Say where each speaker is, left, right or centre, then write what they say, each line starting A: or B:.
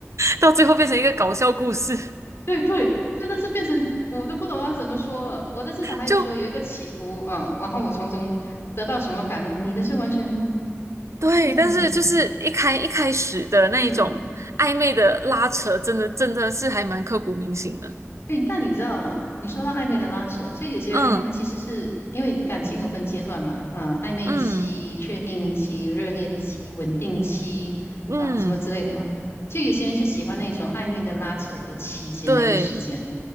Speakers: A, on the right; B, on the left.
A: 到最后变成一个搞笑故事，
B: 对对，真的是变成我都不懂要怎么说了。我的至少还有说有一个起伏，
A: 就
B: 嗯，然后我从中得到什么感悟，你的是完全莫名
A: 对，
B: 就这样没了。
A: 但是就是一开一开始的那一种暧昧的拉扯，
B: 嗯，
A: 真的真的是还蛮刻骨铭心的。
B: 对，但你知道吗？你说到暧昧的拉扯，就有些人他们其实是因为感情有分阶段嘛，
A: 嗯
B: 啊、暧昧期、
A: 嗯。
B: 确定期、热恋期、稳定期啊、
A: 嗯，
B: 什么之类的嘛。就有些人是喜欢那种暧昧的拉扯的期间那个时间。
A: 对